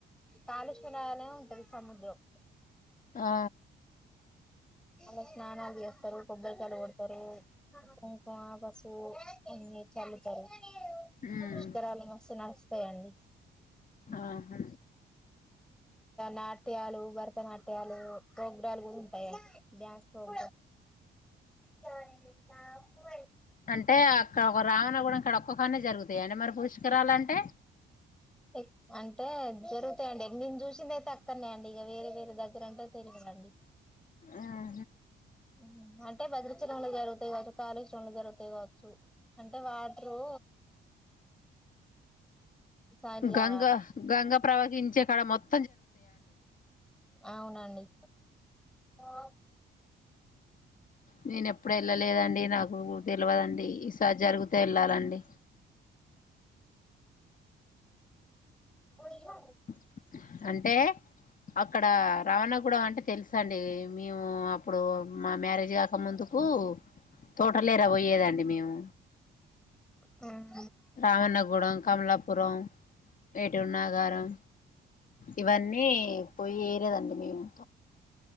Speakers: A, in the centre; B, on the left (about 40°).
A: కాలుష్వరనే ఉంటది సముద్రం
B: ఆ
A: అలా స్నానాలు చేస్ దరు కొబ్బరి కాయలు కొడతారు అవును ఆ బస్ మ్మ్ నేచ్ పుష్కరాలు జరుగు
B: ఉమ్
A: పుష్కరాలు మస్తు నడుస్తాయి ఆండీ
B: ఆహా
A: నాట్యాలు భరతనాట్యాలు ప్రోగ్రాలు కూడా ఉంటాయండి డ్యాన్స్ గా <unintelligible> ఆ మరి
B: అంటే అక్కడ ఒక రావణ కూడా ఇక్కడ ఒక్కో కానే జరుగుతాయి అంటే మరి పురుష్కరాలు అంటే
A: ఏ అంటే జరుగుతాయండి నేను చూసింది అయితే అక్కన్నాయండి ఇక వేరే వేరే దగ్గర అంటే తెలు టండీ
B: ఆహా
A: హ్మ్ హు అంటే భద్రచలంలో జరుగుతాయి కావచ్చు కాళేశ్వరంలో జరుగుతాయి కావచ్చు అంటే వాటరు సా ఇట్లా
B: గంగ గంగ ప్రవహించే కాడ మొత్
A: అవునా అండి ఆ
B: నేను ఎప్పుడ వెళ్ళలేదండి నాకు తెల్వదండి ఈసారి జరుగుతు తే వెళ్ళాలండి
A: పోయో
B: <unintelligible> అంటే అక్కడ రవన్నగూడెం అంటే తెలుసు అండి మేము అప్పుడు మా మ్యారేజ్ గాక ముందుకు తోటలేరా వొయ్యేది అండి మేము
A: హ్మ్
B: రావన్నగూడెం కమలాపురం ఏటూర్ నాగారం ఇవన్నీ పోయి ఏరేదండి మేము